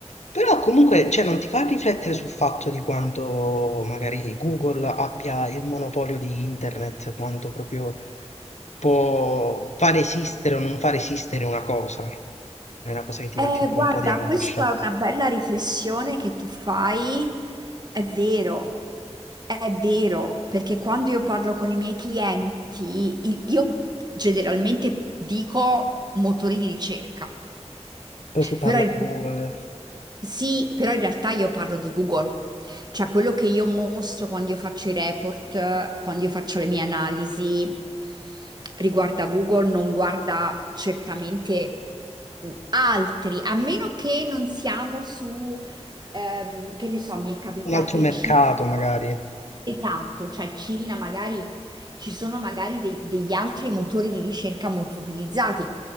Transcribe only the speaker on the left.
Però comunque, cioè, non ti fa riflettere sul fatto di quanto magari Google abbia il monopolio di internet, quanto proprio può far esistere o non far esistere una cosa. È una cosa che ti
mette pure
un po' di angoscia.
Però si parla
di Google.
Un altro
mercato
magari. Ho